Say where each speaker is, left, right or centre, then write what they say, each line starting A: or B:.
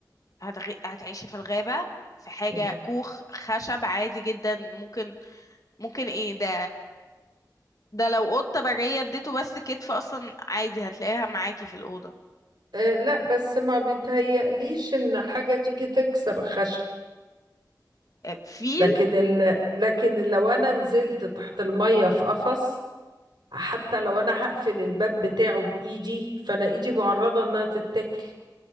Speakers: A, on the left (about 50°); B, on the right (about 75°).
A: هتغ... هتعيشي في الغابة في حاجة
B: مم.
A: كوخ خشب عادي جدا ممكن ممكن ايه ده ده لو قطة برية اديته بس كتف اصلا عادي هتلاقيها معاكي في الأوضة
B: آه لا بس ما بيتهيأليش ان حاجة تيجي تكسر الخشب
A: آه، فيل
B: لكن ال... لكن لو انا نزلت تحت المية في قفص حتى لو انا هقفل الباب بتاعه بايدي فانا ايدي معرضة انها تتاكل